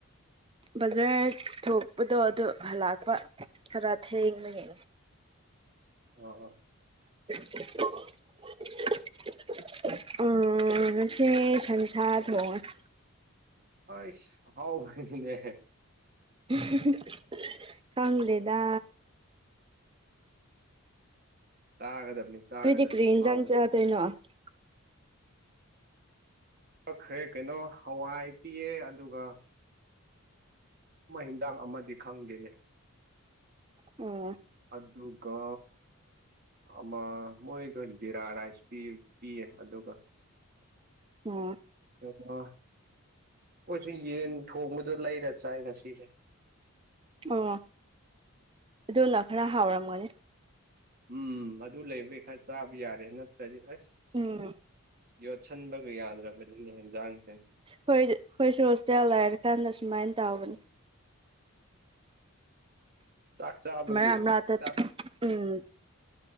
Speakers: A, on the right (about 25°); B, on the right (about 40°).
A: ꯕꯖꯥꯔ ꯊꯣꯛꯄꯗꯣ ꯑꯗꯨ ꯍꯜꯂꯛꯄ ꯈꯔ ꯊꯦꯡꯕꯒꯤ
B: ꯑꯣ
A: <unintelligible> ꯎꯝ ꯉꯥꯁꯤ ꯁꯟꯁꯥ ꯊꯣꯡꯉꯦ
B: ꯑꯦꯁ ꯑꯍꯥꯎꯕꯅꯤꯅꯦ
A: <unintelligible> ꯈꯪꯗꯦꯗꯥ
B: ꯆꯥꯒꯗꯝꯅꯤ ꯆꯥꯒꯗꯝꯅꯤ
A: ꯅꯣꯏꯗꯤ ꯀꯔꯤ
B: ꯑꯍꯥꯎꯕꯁꯨ
A: <unintelligible>
B: ꯀꯛꯈ꯭ꯔꯦ ꯀꯩꯅꯣ ꯍꯋꯥꯏ ꯄꯤꯑꯦ ꯑꯗꯨꯒ ꯑꯃ ꯍꯦꯟꯖꯥꯡ ꯑꯃꯗꯤ ꯈꯪꯗꯦꯅꯦ
A: ꯑꯣ
B: ꯑꯗꯨꯒ ꯑꯃꯥ ꯃꯣꯏꯗꯣ ꯖꯤꯔꯥ ꯔꯥꯏꯁ ꯄꯤꯌꯦ ꯄꯤꯌꯦ ꯑꯗꯨꯒ
A: ꯑꯣ
B: ꯑꯥ ꯑꯩꯈꯣꯏꯁꯨ ꯌꯦꯟ ꯊꯣꯡꯕꯗꯣ ꯂꯩꯔ ꯆꯥꯏ ꯉꯁꯤꯁꯦ
A: ꯑꯣ ꯑꯗꯨꯅ ꯈꯔꯥ ꯍꯥꯎꯔꯝꯒꯅꯤ
B: ꯎꯝ ꯑꯗꯨ ꯂꯩꯕꯩ ꯈꯔ ꯆꯥꯕ ꯌꯥꯔꯦ ꯅꯠꯇꯔꯗꯤ ꯑꯁ
A: ꯎꯝ
B: ꯌꯣꯠꯁꯤꯟꯕꯒ ꯌꯥꯗ꯭ꯔꯕꯅꯤꯅꯦ ꯌꯦꯟꯖꯥꯡꯁꯦ
A: ꯈꯣꯏ ꯑꯩꯈꯣꯏꯁꯨ ꯍꯣꯁꯇꯦꯜ ꯂꯩꯔꯀꯥꯟꯗ ꯁꯨꯃꯥꯏꯅ ꯇꯧꯕꯅꯦ
B: ꯆꯥꯛ ꯆꯥꯕꯒꯤ
A: ꯃꯔꯛ ꯃꯔꯛꯇ
B: ꯆꯥꯛ
A: ꯎꯝ